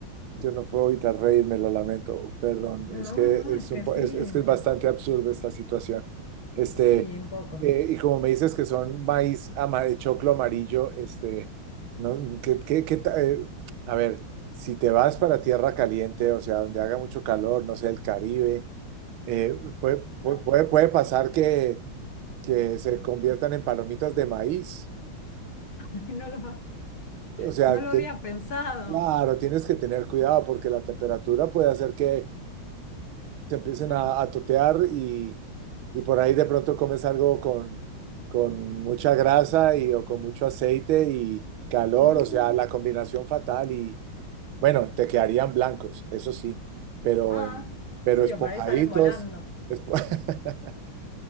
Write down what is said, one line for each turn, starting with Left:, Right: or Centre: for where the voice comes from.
Right: Yo no puedo evitar reírme, lo lamento, perdón,
Left: No,
Right: es que
Left: no,
Right: es,
Left: es que
Right: un
Left: sí,
Right: po- es, es que es bastante
Left: es
Right: absurdo esta situación. Este,
Left: Sí, un poco.
Right: eh, y como me dices que son maíz amarillo, choclo amarillo, este, no, ¿qué- qué- qué ta- eh, a ver, si te vas para tierra caliente, o sea, donde haga mucho calor, no sé, el Caribe, eh, puede, pu-
Left: Ah,
Right: puede, puede pasar que, que se conviertan en palomitas de maíz.
Left: <laughs> No lo,
Right: O sea,
Left: no lo
Right: te-
Left: había pensado.
Right: claro, tienes que tener cuidado porque la temperatura puede hacer que se empiecen
Left: Ah,
Right: a, a totear y, y por ahí de pronto comes algo con, con mucha grasa y, o con mucho aceite y calor,
Left: mm,
Right: o sea, la combinación fatal y bueno, te quedarían blancos, eso sí, pero,
Left: ah,
Right: em, pero
Left: sí,
Right: esponjaditos.
Left: o por ahí salen volando.
Right: espo- <laughs>